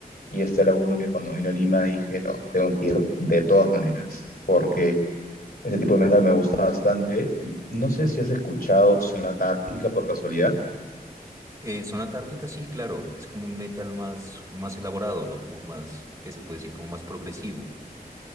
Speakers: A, on the left; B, on the right.
A: Y este era uno que cuando vino a Lima dije, no, tengo que ir de todas maneras, porque ese tipo de metal me gusta bastante. Y no sé si has escuchado Sonata Ártica por casualidad.
B: Eh, Zona Tártica, sí, claro, es como un metal más, más elaborado, ¿no? Como más, ¿qué se puede decir? Como más progresivo.